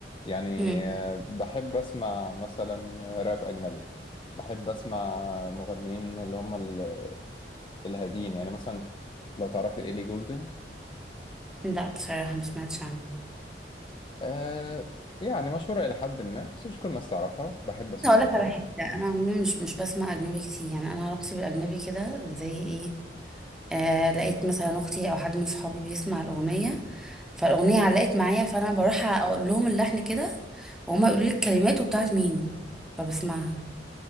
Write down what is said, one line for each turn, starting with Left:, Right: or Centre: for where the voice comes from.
Left: يعني
Centre: مم.
Left: آه بحب اسمع مثلا راب اجنبي بحب اسمع مغنيين اللي هم ال- الهاديين يعني مثلا لو تعرفي ايلي جولدنج
Centre: لا بصراحة ما سمعتش عنه
Left: آه يعني مشهوره الى حد ما بس مش كل الناس تعرفها بحب اسمعها
Centre: بس هقولك
Left: قوي
Centre: على حاجة أنا عموما مش مش بسمع أجنبي كتير يعني أنا علاقتي بالأجنبي كده زي إيه آه لقيت مثلا أختي أو حد من صحابي بيسمع الأغنية فالأغنية علقت معايا فأنا بروح أقول لهم اللحن كده وهما يقولوا لي الكلمات وبتاعت مين فبسمعها